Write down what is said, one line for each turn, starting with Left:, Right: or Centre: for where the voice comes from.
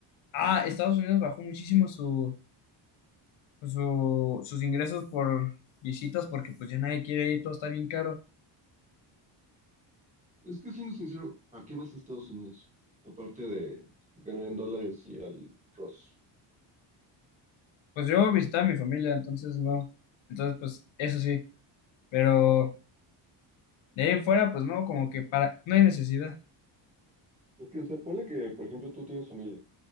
Left: Ah, Estados Unidos bajó muchísimo su, su- sus ingresos por visitas porque pues ya nadie quiere ir, todo está bien caro.
Right: es que siendo sincero, ¿a qué vas a Estados Unidos? Aparte de ganar en dólares y al Ross.
Left: Pues yo visitaba a mi familia, entonces no. Entonces pues eso sí, pero de ahí en fuera pues no, como que para, no hay necesidad.
Right: Es que, o sea, ponle que, por ejemplo, tú tienes familia.